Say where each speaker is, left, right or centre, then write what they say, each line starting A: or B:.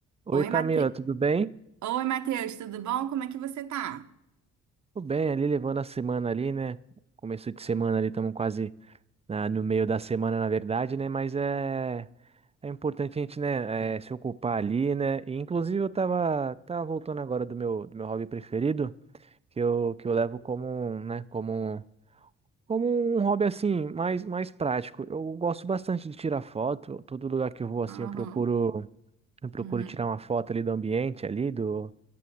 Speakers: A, on the right (about 20°); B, on the right (about 70°).
A: Oi
B: Oi,
A: Camila,
B: Mate...
A: tudo bem?
B: Oi, Matheus, tudo bom? Como é que você tá?
A: Tudo bem, ali levando a semana ali, né? Começo de semana ali, estamos quase na- no meio da semana, na verdade, né? Mas é, é importante a gente, né, é, se ocupar ali, né? E, inclusive eu tava, tava voltando agora do meu, do meu hobby preferido, que eu, que eu levo como, um, né, como, um- como um hobby assim, mais, mais prático. Eu gosto bastante de tirar foto, todo lugar que eu vou assim,
B: Aham,
A: eu procuro, eu procuro
B: uhum,
A: tirar uma foto ali do ambiente ali, do